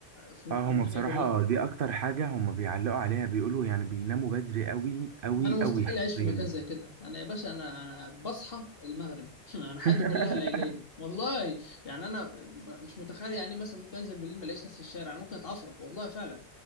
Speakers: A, on the left; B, on the right.
A: في المانيا
B: اه هما بصراحة
A: كلها
B: دي أكتر حاجة هما بيعلقوا عليها بيقولوا يعني بيناموا بدري أوي أوي
A: انا مستحيل
B: أوي حرفيا
A: اعيش في مكان زي كده انا يا باشا انا انا بصحى المغرب <laughs> انا حياتي
B: <laughs>
A: كلها ليليه والله يعني انا م- مش متخيل يعني مثلا ممكن انزل بالليل ما الاقيش ناس في الشارع انا ممكن اتعفرت والله فعلا